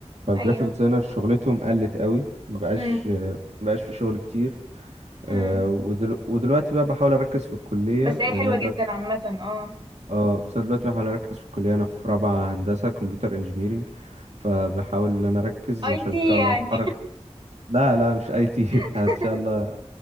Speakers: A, on the right; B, on the right.
A: فالجرافيك
B: ايوه
A: ديزاينر شغلتهم قلت قوي مبقاش
B: امم
A: آه، مبقاش في شغل كتير آه،
B: امم
A: ودلو... ودلوقتي بقى بحاول اركز في الكليه
B: بس هي
A: لان
B: حلوة
A: انا دلوقتي
B: جدا عامة اه
A: اه بس أنا دلوقتي بحاول اركز في الكليه انا في رابعه هندسه كمبيوتر انجينيرينج فبحاول ان انا اركز
B: اي
A: عشان
B: تي
A: ان شاء
B: يعني
A: الله اتخرج لا لا مش اي تي <laughs>
B: <laughs>
A: ان شاء الله